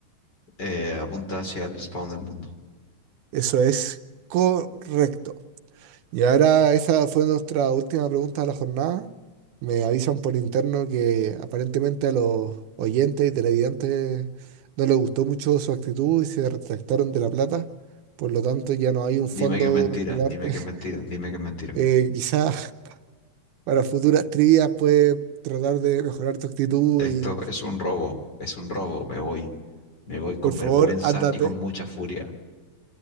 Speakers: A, on the left (about 35°); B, on the right (about 85°).
A: Eh, apunta hacia el spawn del mundo.
B: Eso es correcto. Y ahora esa fue nuestra última pregunta de la jornada. Me avisan por interno que aparentemente a los oyentes y televidentes no les gustó mucho su actitud y se retractaron de la plata. Por lo tanto, ya no hay un fondo
A: Dime que es mentira,
B: que darte.
A: dime
B: <laughs>
A: que es mentira, dime que es mentira.
B: Eh, quizás para futuras trivias puedes tratar de mejorar tu actitud
A: Esto
B: y
A: es un robo, es un robo. Me voy, me voy con
B: por favor,
A: vergüenza
B: ándate.
A: y con mucha furia.